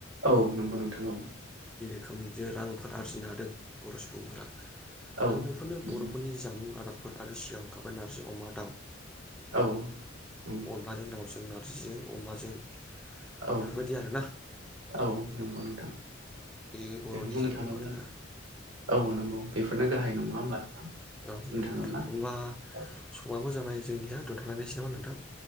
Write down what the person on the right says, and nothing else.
औ नंगौ नोंथां औ
औ
नंगौ
औ नंगौ
औ-औ
नंगौ नोंथां
बुंनो
थाङोब्ला
औ नंगौ बेफोरनो गाहाय नङा होमबा नोंथां
बुंनो
थाङोब्ला
औ